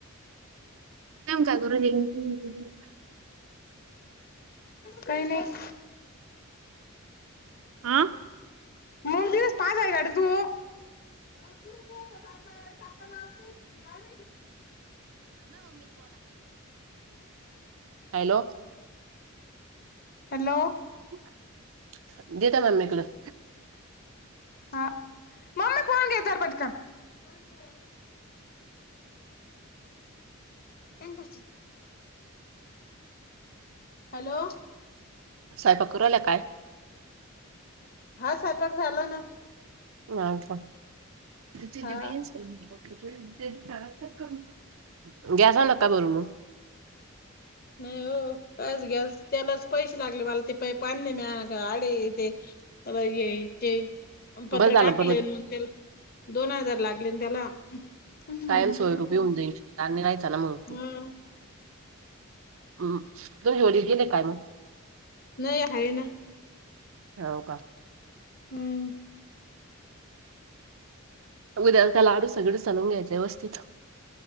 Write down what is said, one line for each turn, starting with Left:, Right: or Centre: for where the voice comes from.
Right: <unintelligible>
Left: काही नाही.
Right: आ
Left: मूग दिवस पास आहेय काड तू? <unintelligible>
Right: हॅलो.
Left: हॅलो.
Right: <unintelligible>
Left: <unintelligible> <unintelligible> <unintelligible> हॅलो.
Right: स्वयंपाक करूराहिल्या काय?
Left: हा, स्वयंपाक झाला ना.
Right: नाही का <unintelligible>
Left: हा
Right: <unintelligible> नका भरू मग
Left: नाही हो, कायच गॅस त्यालाच पैसे लागले मला, ते पाईप आणले म्या आडे ते <unintelligible> पत्रं
Right: बरं झालं
Left: टाकले,
Right: पण ते
Left: मग त्याला दोन हजार लागले न त्याला. तुमच्या
Right: कायम
Left: मॅडमचं
Right: स्वरूपी
Left: बाळ आहे का?
Right: होऊन जाईल, ताण नाही राहायचा न मग
Left: हा
Right: तुमचे वडील गेले? काय
Left: नाही, आहे ना.
Right: हाव का.
Left: हम्म.
Right: उद्या त्याला लाडू <unintelligible> व्यवस्थित.